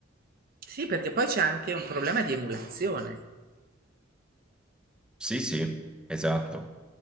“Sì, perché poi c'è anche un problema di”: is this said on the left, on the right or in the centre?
Right